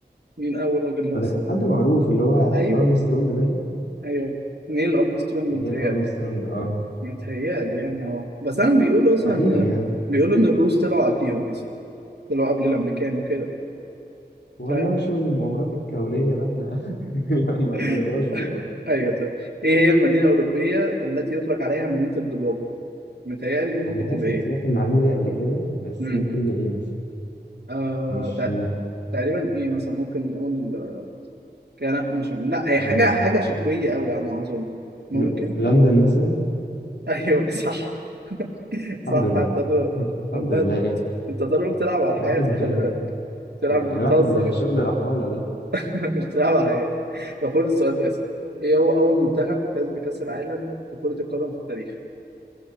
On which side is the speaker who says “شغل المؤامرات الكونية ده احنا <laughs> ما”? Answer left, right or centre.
Left